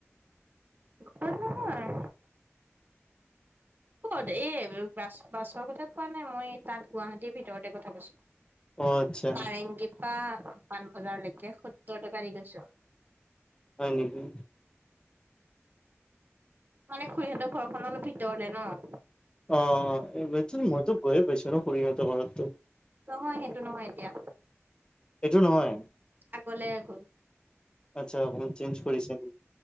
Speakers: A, on the left (about 20°); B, on the right (about 40°).
A: <inaudible>
B: ঘৰত নহয় হ'ব দে এই বাছ-বাছৰ কথা কোৱা নাই মই তাত গুৱাহাটীৰ ভিতৰতে কথা কৈছো।
A: অ আচ্ছা
B: নাৰেংগী পা পাণ বজাৰ লেকে সত্তৰ টকা দি গৈছো।
A: হয় নেকি?
B: মানে খুৰিহঁতৰ ঘৰখন অলপ ভিতৰলে ন'?
A: অঁ অঁ অঁ এইবাৰতো মইতো গৈয়ে পাইছো ন' খুুৰিহঁতৰ ঘৰততো।
B: নহয় সেইটো নহয় এতিয়া।
A: সেইটো নহয়।
B: আগলে গ'ল।
A: আচ্ছা অকমান চেইঞ্জ কৰিছে।